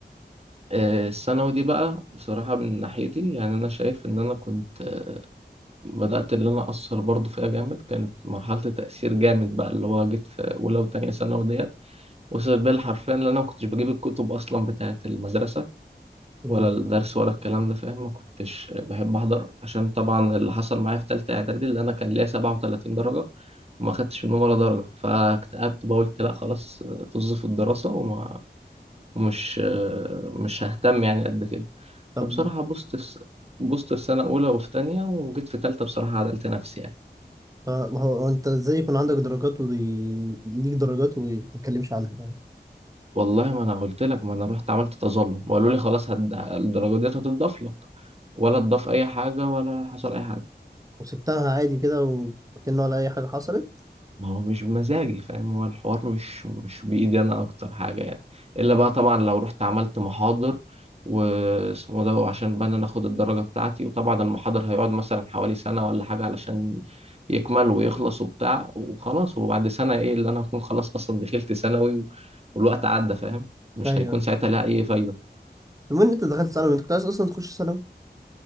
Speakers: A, on the right (about 35°); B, on the right (about 20°).
A: آه، الثانوي دي بقى بصراحة من ناحيتي يعني أنا شايف إن أنا كنت آه، بدأت اللي أنا أثر برضو فيها جامد كانت مرحلة تأثير جامد بقى اللي هو جيت في أولى وتانية ثانوي ديت وصل بالحرفيا لان انا ما كنتش بجيب الكتب اصلا بتاعه المدرسه
B: مم.
A: ولا الدرس ولا الكلام ده فاهم ما كنتش بحب احضر عشان طبعا اللي حصل معايا في ثالثه اعدادي اللي انا كان ليا 37 درجه وما خدتش منهم ولا درجه فاكتئبت بقى قلت لا خلاص طز في الدراسه وما ومش مش ههتم يعني قد كده
B: طب
A: فبصراحه بوظت في- بوظت في سنه اولى وفي تانية وجيت في ثالثه بصراحه عدلت نفسي يعني
B: آه، ما هو هو أنت إزاي يكون عندك درجات وليك درجات وما تتكلمش عنها يعني
A: والله ما انا قلت لك ما انا رحت عملت تظلم وقالوا لي خلاص هد... الدرجه ديت هتضاف لك ولا تضاف اي حاجه ولا حصل اي حاجه
B: وسبتها عادي كده وكأنه ولا أي حاجة حصلت
A: ما هو مش بمزاجي فاهم هو الحوار مش مش بايدي انا اكتر حاجه يعني الا بقى طبعا لو رحت عملت محاضر واسمه ده وعشان بقى إن انا اخد الدرجه بتاعتي وطبعا المحاضر هيقعد مثلا حوالي سنه ولا حاجه علشان يكمل ويخلص وبتاع وخلاص وبعد سنه ايه اللي انا هكون خلاص اصلا دخلت ثانوي والوقت عدى فاهم مش
B: أيوه أيوة.
A: هيكون ساعتها لها اي فايده
B: المهم إن أنت دخلت ثانوي أنت كنت عايز أصلا تخش ثانوي